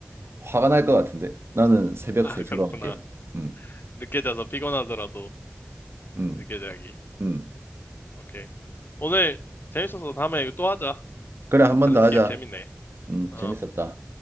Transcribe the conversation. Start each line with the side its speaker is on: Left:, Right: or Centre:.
Right: 화가 날 것 같은데? 나는 새벽
Left: 아,
Right: 3시로
Left: 그렇구나.
Right: 할게. 음,
Left: 늦게 자서 피곤하더라도
Right: 음,
Left: 늦게 자기.
Right: 음.
Left: 오케이. 오늘 재밌어서 다음에 이거 또 하자.
Right: 그래,
Left: 음,
Right: 한 번
Left: 밸런스
Right: 더 하자.
Left: 게임 재밌네.
Right: 음,
Left: 어.
Right: 재밌었다.